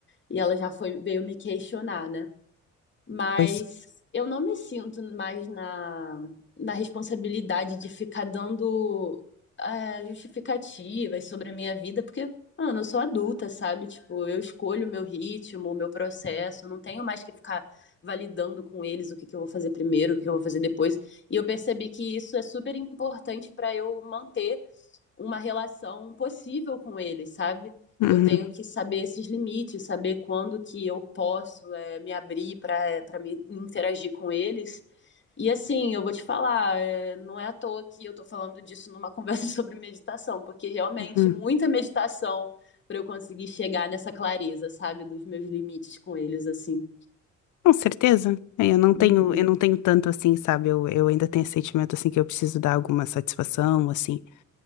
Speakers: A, on the left; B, on the left.
A: e ela já foi, veio me questionar, né? Mas
B: pois.
A: eu não me sinto mais na, na responsabilidade de ficar dando é, justificativas sobre a minha vida, porque, mano, eu sou adulta, sabe? Tipo, eu escolho o meu ritmo, o meu processo, não tenho mais que ficar validando com eles o que que eu vou fazer primeiro, o que eu vou fazer depois. E eu percebi que isso é super importante para eu manter uma relação possível com ele, sabe?
B: Uhum,
A: Eu tenho que saber esses limites, saber quando que eu posso é, me abrir para para me interagir com eles. E assim, eu vou te falar, é, não é à toa que eu tô falando disso numa conversa <laughs> sobre meditação, porque realmente
B: uhum.
A: muita meditação para eu conseguir chegar nessa clareza, sabe, dos meus limites com eles, assim.
B: Com certeza. É, Eu não tenho,
A: Uhum.
B: eu não tenho tanto assim, sabe? Eu, eu ainda tenho esse sentimento assim que eu preciso dar alguma satisfação, assim.